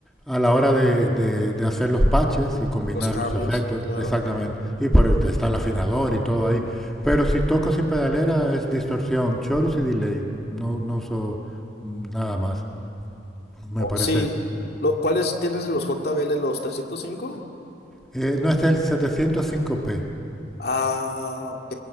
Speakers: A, in the centre; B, on the left.
A: a la hora de, de- de hacer los patches y combinar
B: Los cambios,
A: los efectos.
B: claro.
A: Exactamente. Y por ahí te está el afinador y todo ahí. Pero si toco sin pedalera es distorsión, chorus y delay. No, no uso mm, nada más, me
B: Oh,
A: parece.
B: sí. Lo, ¿cuáles tienes de los JBL, los trescientos cinco
A: Eh, no, este es el 705p.
B: Ah, ok.